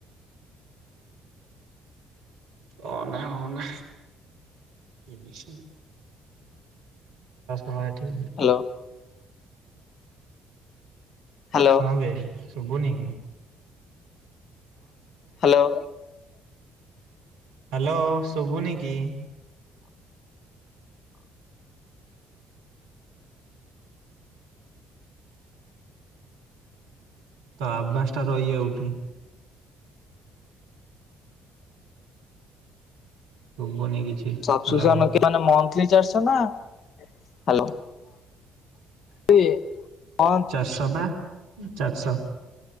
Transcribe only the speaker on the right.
ହିଁ ନାଁ ହଁ ନାଁ। ମାସ ଭ ଠିକ
ହଁ ଭାଇ ସୁବୁ ନ କିି।
ହ୍ୟାଲୋ ଶୁଭୁନ କି? ତ ଆଭସ ଟା ରହି ଯାଉଚି। ଶୁଭୁନି କିଛି ହ୍ୟାଲୋ।
ଚାରିଶହ ବା ଚାରିଶହ